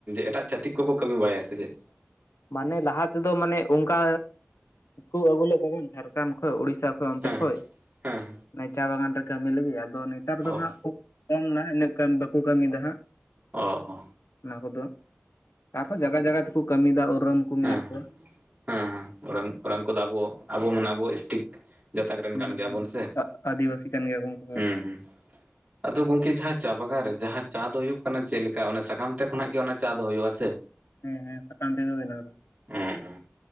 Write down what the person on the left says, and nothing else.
ᱢᱟᱱᱮ ᱞᱟᱦᱟ ᱛᱮᱫᱚ ᱢᱟᱱᱮ ᱚᱱᱠᱟ ᱠᱚ ᱟᱹᱜᱩᱞᱮᱜ ᱠᱚᱣᱟ ᱡᱷᱟᱲᱠᱷᱟᱱᱰ ᱠᱷᱚᱡ ᱩᱲᱤᱥᱟ ᱚᱱᱛᱮ
ᱠᱷᱚᱡ,
ᱪᱟ ᱵᱟᱜᱟᱱ ᱨᱮ ᱠᱟᱹᱢᱤ ᱞᱟᱹᱜᱤᱫᱽ, ᱟᱫᱚ ᱱᱮᱛᱟᱨ
ᱫᱚ
ᱦᱟᱸᱜ ᱠᱚᱢ ᱱᱟ ᱤᱱᱟᱹᱜ ᱠᱟᱢ ᱵᱟᱠᱚ ᱠᱟᱹᱢᱤᱭ ᱫᱟ ᱦᱟᱸᱜ᱾
ᱚᱱᱟ ᱠᱚᱫᱚ᱾ ᱟᱨᱦᱚᱸ ᱡᱟᱜᱟ ᱡᱟᱜᱟ ᱛᱮᱠᱚ ᱠᱟᱹᱢᱤᱭ ᱫᱟ ᱳᱨᱟᱝ ᱠᱚ ᱢᱮᱱᱟᱜ
ᱠᱚᱣᱟ᱾
ᱦᱩᱸ
ᱦᱩᱸ
ᱟᱹᱫᱤᱵᱟᱹᱥᱤ ᱠᱟᱱ ᱜᱮᱭᱟ ᱠᱚ ᱩᱱᱠᱩ ᱦᱚᱸ
ᱦᱮ, ᱦᱮᱸ ᱥᱟᱠᱟᱢ ᱛᱮᱜᱮ ᱦᱳᱭ-ᱟ ᱚᱱᱟ ᱫᱚ ᱾